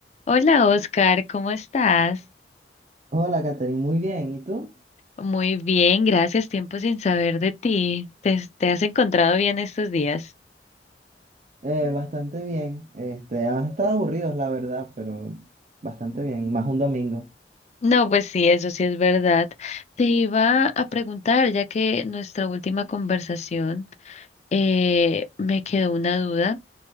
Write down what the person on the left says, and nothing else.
Hola Oscar, ¿cómo estás?
Muy bien, gracias. Tiempo sin saber de ti. ¿Te, te has encontrado bien estos días?
No, pues sí, eso sí es verdad. Te iba a preguntar, ya que nuestra última conversación eh, me quedó una duda